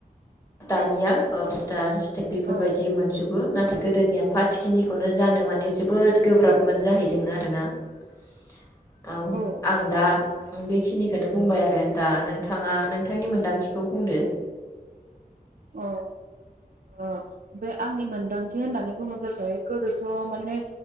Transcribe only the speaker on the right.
औ
औ
अ ओ बे आंनि मोनदांथि होननानै बुङोब्लाथाय गोदोथ' माने